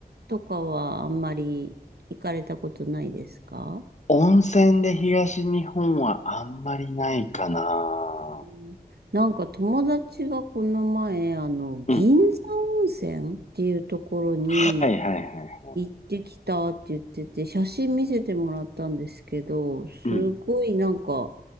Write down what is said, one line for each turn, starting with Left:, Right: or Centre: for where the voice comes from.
Right: とかはあんまり行かれたことないですか
Left: 温泉で東日本はあんまりないかな。
Right: うん <laughs> なんか友達がこの前、あの、
Left: うん。
Right: 銀山温泉っていうところに、
Left: はいはいはい。
Right: 行ってきたって言ってて、写真見せてもらったんですけど、
Left: うん。
Right: すごいなんか